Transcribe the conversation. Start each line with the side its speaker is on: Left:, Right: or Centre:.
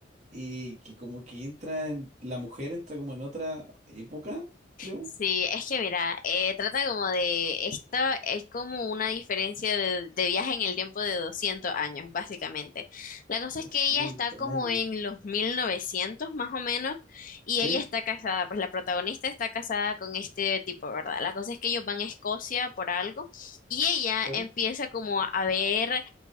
Right: y que como que entra, en- la mujer entra como en otra época, creo.
Left: Sí, es que mira, eh, trata como de esto, es como una diferencia de, de viaje en el tiempo de 200 años, básicamente. La cosa
Right: doscientos
Left: es que ella está como
Right: años.
Left: en los 1900 más o menos y
Right: ¿Sí?
Left: ella está casada, pues la protagonista está casada con este tipo, ¿verdad? La cosa es que ellos van a Escocia por algo y ella
Right: Claro.
Left: empieza como a ver